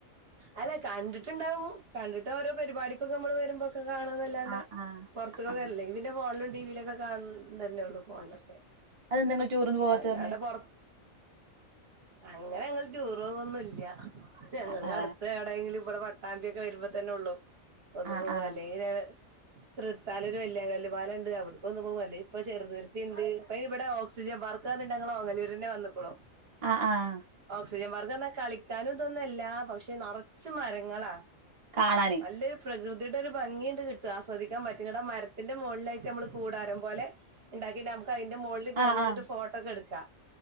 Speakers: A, on the right (about 50°); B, on the right (about 30°).
A: അല്ലെ കണ്ടിട്ട്ണ്ടാവും. കണ്ടിട്ട് ഓരോ പരിപാടിക്കൊക്കെ നമ്മള് വെര്മ്പോക്കെ കാണാന്നല്ലാണ്ടെ
B: ആ ആ
A: പുറത്തക്കൊക്കെ
B: ആ
A: അല്ലെങ്കിൽ പിന്നെ ഫോണിലും ടിവിയിലൊക്കെ കാണ തന്നെള്ളു ഫോണിലൊക്കെ
B: നിങ്ങള് ടൂറോന്ന് പോവാത്ത
A: അല്ലാണ്ട്
B: <unintelligible>
A: പൊറ അങ്ങനെ ഞങ്ങള് ടൂറ് പോകൊന്നു ഇല്ല ഞങ്ങള്
B: ആ ആ
A: അട്ത്തേ എടെങ്കിലും ഇവടെ മട്ടാമ്പിയൊക്കെ വെര്മ്പോ തന്നെ ഒള്ളൂ. ഒന്ന്
B: ആ
A: പോവാ
B: ആ
A: ല്ലെങ്കില്ങ്‌നെ തൃത്താല ഒരു വല്യാങ്കല്മാല ഉണ്ട് അവിടക്കൊന്നന്ന് പോകും. ല്ലേ ഇപ്പൊ ചെറുതുരുത്തി ഉണ്ട് ഇപ്പ ഇവിടെ ഓക്സിജൻ- അർക്കാർഞ്ഞിട്ട് ങ്ങളെ ഓങ്ങല്ലുരന്നെ വന്ന്ക്ക്ണോ?
B: ആഹ് ആഹ്
A: <unintelligible> വർഗന്ന് കളിക്കാനു അതോന്നു അല്ലാ പശെ നേറച്ചും മരങ്ങളാ
B: കാണാന്
A: നല്ല പ്രകൃതി ഇതിടെ ഒരു ഭംഗിണ്ട് കിട്ടും ആസ്വദിക്കാൻ പറ്റും ഇന്നിട്ട് ആ മരത്തിന്റെ മുളിലായിട്ട് നമ്മൾ കൂടാരം പോലെ- ണ്ടാക്കി നം അതിന്റെ മുകളിൽ കയറന്നിട്ട്
B: ആ ആ
A: ഫോട്ടോക്കെ എടുക്കാ